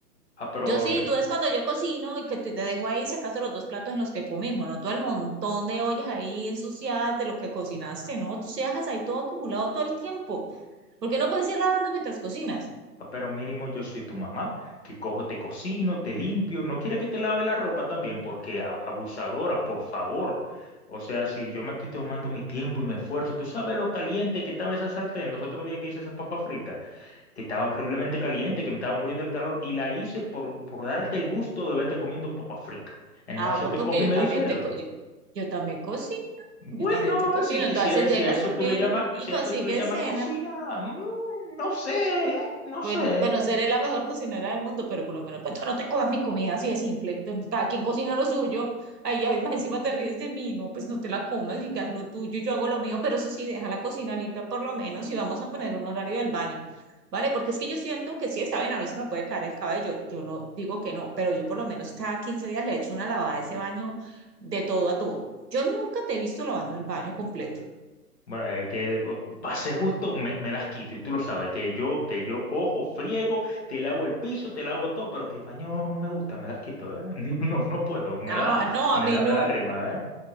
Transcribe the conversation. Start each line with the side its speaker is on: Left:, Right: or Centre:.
Left: ah, pero,
Right: Yo sí,
Left: me-
Right: tú ves cuando yo cocino y que te, te dejo ahí, si acaso los dos platos en los que comimos, no todo el montón de ollas ahí ensuciadas de lo que cocinaste, no, tú se dejas ahí todo acumulado todo el tiempo. ¿Por qué no puedes ir lavando mientras cocinas?
Left: Ah, Pero mínimo yo soy tu mamá, que cojo, te cocino, te limpio. No quiere que te lave la ropa también, porque a- abusadora, por favor. O sea, si yo me estoy tomando mi tiempo y mi esfuerzo, tú sabes lo caliente que estaba esa sartén los otros días que hice esas papas fritas, que estaba horriblemente caliente, que me estaba muriendo el calor, y la hice por, por darte el gusto de verte comiendo papas fritas. Entonces
Right: Ah, pues
Left: te
Right: porque
Left: coge
Right: yo
Left: y me
Right: también
Left: dice eso.
Right: te, co- yo, yo también cocino,
Left: Bueno,
Right: yo también te cocino.
Left: si,
Right: Tú
Left: si,
Right: a veces
Left: a- si
Right: llegas
Left: a eso
Right: también
Left: tú le llamas,
Right: y, y
Left: si
Right: consigues
Left: a eso tú le llamas
Right: cena.
Left: cocina, mm, no sé, ¿eh? No sé.
Right: Bueno, bueno, seré la mejor cocinera del mundo, pero por lo menos pues, tú no te comas mi comida así de simple. Entonces, cada quien cocina lo suyo. Ahí hoy más encima te ríes de mí, no, pues no te la comas y haz lo tuyo, yo hago lo mío, pero eso sí, deja la cocina limpia por lo menos y vamos a poner un horario del baño. ¿Vale? Porque es que yo siento que sí, está bien, a mí se me puede caer el cabello. Yo no digo que no, pero yo por lo menos cada 15 días le echo una lavada a ese baño de todo a todo. Yo nunca te he visto lavando el baño completo.
Left: Bueno, eh, que eh, pase justo, me, me das quito y tú lo sabes, que yo, que yo cojo, friego, te lavo el piso, te lavo todo, pero que el baño no me gusta, me das quito, ¿eh? <laughs> No, no no puedo, me
Right: Ah,
Left: da,
Right: no, a
Left: me
Right: mí
Left: da,
Right: no.
Left: me da grima, ¿eh?